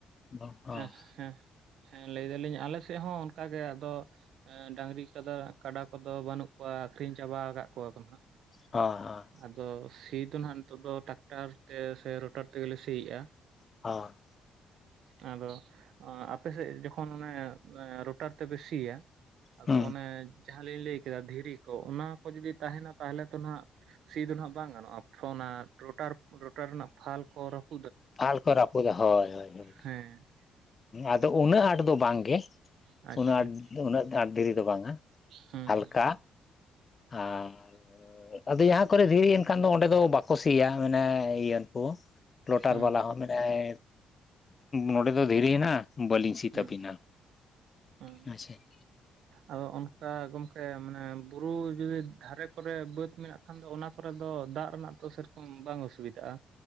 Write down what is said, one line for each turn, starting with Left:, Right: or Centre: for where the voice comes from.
Left: ᱦᱚᱸ ᱦᱚᱸ
Right: ᱦᱮᱸ ᱦᱮᱸ ᱦᱮᱸ ᱞᱟᱹᱭ ᱫᱟᱞᱤᱧ ᱟᱞᱮ ᱥᱮᱫ ᱦᱚᱸ ᱚᱱᱠᱟᱜᱮ ᱟᱫᱚ ᱮ ᱰᱟᱝᱨᱤ ᱠᱟᱰᱟ ᱠᱟᱰᱟ ᱠᱚᱫᱚ ᱵᱟᱹᱱᱩᱜ ᱠᱚᱣᱟ ᱟᱠᱷᱨᱤᱧ ᱪᱟᱵᱟ ᱟᱠᱟᱫ ᱠᱚᱣᱟ ᱠᱚ ᱱᱟᱦᱟᱜ ᱾
Left: ᱦᱚᱸ ᱦᱚᱸ
Right: ᱟᱫᱚ ᱥᱤ ᱫᱚ ᱱᱟᱦᱟᱜ ᱱᱤᱛᱚᱜ ᱫᱚ ᱴᱟᱠᱴᱟᱨ ᱛᱮ ᱥᱮ ᱨᱩᱴᱟᱨ ᱛᱮᱜᱮᱞᱮ ᱥᱤᱭᱮᱫᱼᱟ ᱾
Left: ᱦᱚᱸ
Right: ᱟᱫᱚ ᱟᱯᱮᱥᱮᱫ ᱡᱚᱠᱷᱚᱱ ᱚᱱᱮ ᱨᱳᱚᱴᱟᱨ ᱛᱮᱯᱮ ᱥᱤᱭᱟ ᱟᱫᱚ
Left: ᱦᱩᱸ
Right: ᱚᱱᱮ ᱡᱟᱦᱟᱸᱞᱤᱧ ᱞᱟᱹᱭ ᱠᱮᱫᱟ ᱫᱷᱤᱨᱤ ᱠᱚ ᱚᱱᱟ ᱠᱚ ᱡᱩᱫᱤ ᱛᱟᱦᱮᱱᱟ ᱛᱟᱦᱞᱮ ᱛᱚ ᱦᱟᱜ ᱥᱤ ᱫᱚ ᱦᱟᱜ ᱵᱟᱝ ᱜᱟᱱᱚᱜᱼᱟ <unintelligible> ᱨᱳᱴᱟᱨ ᱨᱳᱴᱟᱨ ᱨᱮᱱᱟᱜ ᱯᱷᱟᱞ ᱠᱚ <unintelligible>
Left: ᱯᱷᱟᱞ ᱠᱚ ᱨᱟᱹᱯᱩᱫᱚᱜᱼᱟ ᱦᱳᱭ ᱦᱳᱭ ᱦᱳᱭ
Right: ᱦᱮᱸ
Left: ᱟᱫᱚ ᱩᱱᱟᱹᱜ ᱟᱸᱴ ᱫᱚ ᱵᱟᱝᱜᱮ
Right: ᱟᱪᱪᱷᱟ
Left: ᱩᱱᱟᱹᱜ ᱟᱸᱴ ᱩᱱᱟᱹᱜ ᱟᱸᱴ ᱫᱷᱤᱨᱤ ᱫᱚ ᱵᱟᱝᱟ ᱾
Right: ᱦᱩᱸ
Left: ᱦᱟᱞᱠᱟ ᱟᱨ ᱟᱫᱚ ᱡᱟᱦᱟᱸ ᱠᱚᱨᱮ ᱫᱷᱤᱨᱤ ᱮᱱᱠᱷᱟᱱ ᱫᱚ ᱚᱸᱰᱮ ᱫᱚ ᱵᱟᱠᱚ ᱥᱤᱭᱟ ᱢᱟᱱᱮ ᱤᱭᱟᱹ ᱠᱚ ᱨᱳᱴᱟᱨ
Right: ᱦᱩᱸ
Left: ᱵᱟᱞᱟ ᱦᱚᱸ ᱢᱮᱱᱮᱜᱼᱟᱭ ᱱᱚᱸᱰᱮ ᱫᱚ ᱫᱷᱤᱨᱤ ᱦᱮᱱᱟᱜᱼᱟ ᱾ ᱵᱟᱹᱞᱤᱧ ᱥᱤ
Right: ᱦᱩᱸ
Left: ᱛᱟᱹᱵᱤᱱᱟ
Right: ᱦᱩᱸ
Left: <unintelligible>
Right: ᱟᱫᱚ ᱚᱱᱠᱟ ᱜᱚᱝᱠᱮ ᱢᱟᱱᱮ ᱵᱩᱨᱩ ᱡᱩᱫᱤ ᱫᱷᱟᱨᱮ ᱠᱚᱨᱮ ᱵᱟᱹᱫᱽ ᱢᱮᱱᱟᱜ ᱠᱷᱟᱱ ᱫᱚ ᱚᱱᱟ ᱠᱚᱨᱮ ᱫᱚ ᱫᱟᱜ ᱨᱮᱱᱟᱜ ᱫᱚ ᱥᱮᱨᱚᱠᱚᱢ ᱵᱟᱝ ᱚᱥᱩᱵᱤᱫᱷᱟᱜᱼᱟ